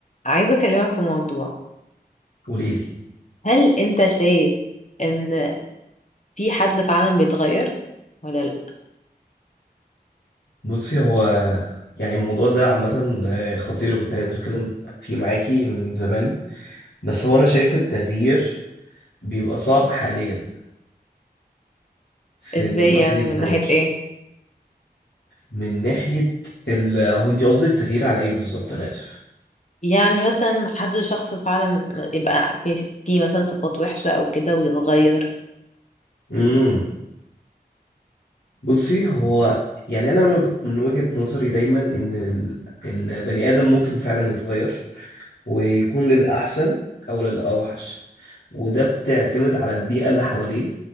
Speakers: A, on the left (about 45°); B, on the left (about 85°).
A: عايزة أكلمك في موضوع
B: قولي لي
A: هل أنت شايف إن في حد فعلا بيتغير ولا لأ؟
B: بصي هو يعني الموضوع ده عامة آه، خطير وكنت عايز أتكلم فيه معاكي من زمان بس هو أنا شايف التغيير بيبقى صعب حاليا في
A: إزاي
B: إن الواحد
A: يعني
B: يتغير
A: من ناحية إيه؟
B: من ناحية ال هو أنت قصدك تغيير على إيه بالظبط أنا آسف
A: يعني مثلا حد شخص فعلا يبقى في في مثلا صفات وحشة أو كده ويتغير
B: امم بصي هو يعني أنا من وج- من وجهة نظري دايما إن ال- البني آدم ممكن فعلا يتغير ويكون للأحسن أو للأوحش وده بتعتمد على البيئة اللي حواليه